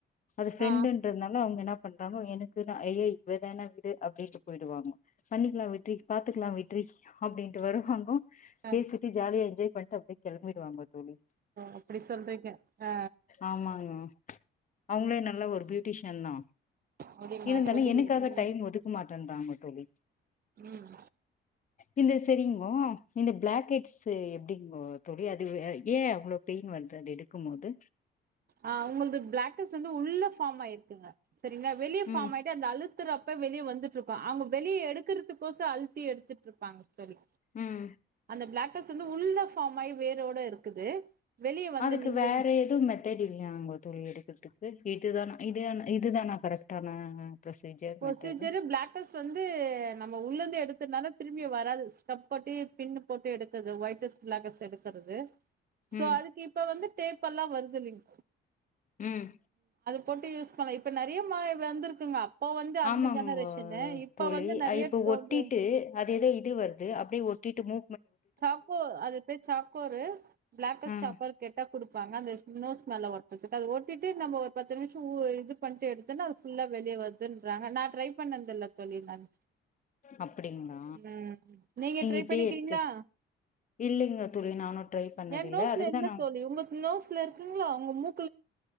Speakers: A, on the left; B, on the right.
A: அது ஃப்ரெண்டுன்றதுனால
B: ஆ
A: அவங்கன்னாப் பண்றாங்கோ எனக்கு நா ஐயையோ இதான விடு அப்டின்னு போயிடுவாங்கோ பண்ணிக்கலா விட்று பாத்துக்கலா விட்று அப்டின்ட்டு வருவாங்கோ
B: அ
A: பேசிட்டு ஜாலியா என்ஜாய் வன்ட்டு அப்டியே கெளம்பிடுவாங்கோ தோழி
B: அப்டி சொல்றீங்க ஆ
A: ஆமாங் அவங்களே நல்லா ஒரு பியூட் பியூட்டிஷன்தா
B: அப்டிங்களா
A: இருந்தாலு
B: தோழி
A: எனக்காக
B: ம்
A: டைம் ஒதுக்க மாட் ட்ருந்தங்கோ தோழி
B: ம்
A: இந்தஸ் தெரிமோ இந்த பிளாக் ஹெட்ஸ்ஸு எப்டிங்கோ தோழி அது ஏ அவ்ளோ பெயின் வருது அது எடுக்கும் போது
B: ஆ உங்கள்து பிளேகெட்ஸ் வந்து உள்ள ஃபாம் ஆயிருக்குங்க செரிங்களா வெளிய ஃபாம்
A: ம்
B: ஆயிட்டு அந்த அழுத்துறப் போ வெளிய வந்துட்டு இருக்கு அவங்க வெளிய எடுக்குறதுக்கொசோ அழுத்தி எடுத்துட்டு இருப்பாங்க தெர்ல
A: ம்
B: இந்த பிளேகெட்ஸ் வந்து உள்ள ஃபாம் ஆயி வேரோட இருக்குது வெளிய வந்து
A: அதுக்கு
B: நிண்டு
A: வேற எது மெத்தேடு இல்லையாங்கோ தோழி எடுக்குறதுக்கு? இதுதானா இதுதானா இதுதானா கரெக்டான ப்ரொசீஜர்
B: ப்ரொசீஜரு
A: மெத்தடு
B: பிளாக்கஸ் வந்து நம்ம உள்ள இருந்து எடுத்ததுனால திரும்பியு வராது ஸ்க்ரப் போட்டு பின்னு போட்டு எடுக்கறது ஒயிட்டஸ் பிளாக்கஸ் எடுக்கறது சோ
A: ம்
B: அதுக்கு இப்ப வந்து டேப் எல்லா வருது இல்லைங்
A: ம்
B: போட்டு யூஸ் பண்லா இப்ப நெறைய மாடல் வந்திருக்குங்க வந்து அந்த
A: ஆமாங்கோ
B: ஜெனரேஷனு இப்ப
A: தோழி
B: வந்து நெறைய
A: ஆ இப்ப
B: தோன்ற
A: ஒட்டிட்டு அது ஏதோ இது வருது அப்டியே ஒட்டிட்டு மூ
B: சாக்கோ அது பேரு சாக்கோரு பிளாக்கஸ்
A: ம்
B: சாக்கோரு கேட்டா குடுப்பாங்க அந்த நோஸ் மேல ஒட்றதுக்கு அத ஒட்டிட்டு நம்ம ஒரு பத்து நிமிஷோ ஊ இது பண்ட்டு எடுத்தோன்னா அது ஃபுல்லா வெளிய வருதுன்றாங்க நா ட்ரை பண்ணதில்ல தோழி நானு
A: அப்டிங்களா
B: ம் நீங்க ட்ரை
A: இப்டியே
B: பண்ணிர்க்கிறீங்களா?
A: எடுத்து இல்லைங்க தோழி நானும் ட்ரை பண்ணதில்ல
B: யேன் நோஸ்ல
A: அதுக்குதான்
B: இல்ல
A: நான்
B: தோழி உங்க நோஸ்ல இருக்குங்ளா உங்க மூ